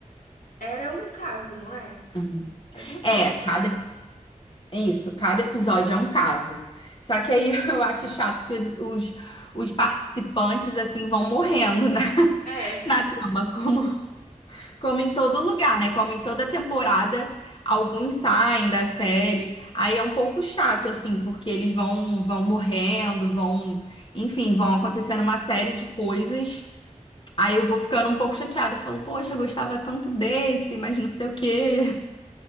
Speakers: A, on the left (about 85°); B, on the left (about 40°).
A: era um caso, não é?
B: Uhum.
A: Faz um tempo
B: é,
A: que
B: cada
A: eu assisti.
B: isso, cada episódio é um caso. Só que aí <laughs> eu acho chato que os, os, os participantes assim vão morrendo na, <laughs>
A: É, <laughs>
B: na trama, como, como em todo lugar, né? Como em toda temporada,
A: sim,
B: alguns saem da série. Aí é um pouco chato assim, porque eles vão vão morrendo, vão, enfim, vão acontecendo uma série de coisas.
A: sim.
B: Aí
A: sim.
B: eu vou ficando um pouco chateada. Eu falo, poxa, eu gostava tanto desse, mas não sei o quê.